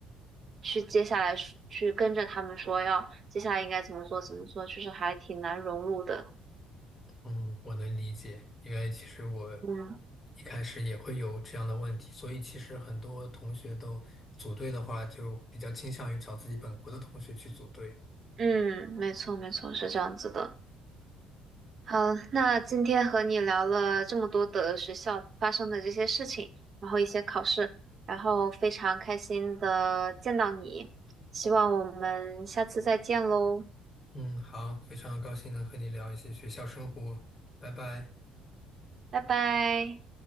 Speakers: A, on the right; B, on the left.
A: 去接下来去跟着他们说要接下来应该怎么做怎么做，就是还挺难融入的。
B: 嗯，我能理解，因为其实我
A: 嗯
B: 一开始也会有这样的问题，所以其实很多同学都组队的话，就比较倾向于找自己本国的同学去组队。
A: 嗯，没错没错，是这样子的。好，那今天和你聊了这么多的学校发生的这些事情，然后一些考试，然后非常开心的见到你，希望我们下次再见喽，
B: 嗯，好，非常高兴能和你聊一些学校生活，拜拜。
A: 拜拜。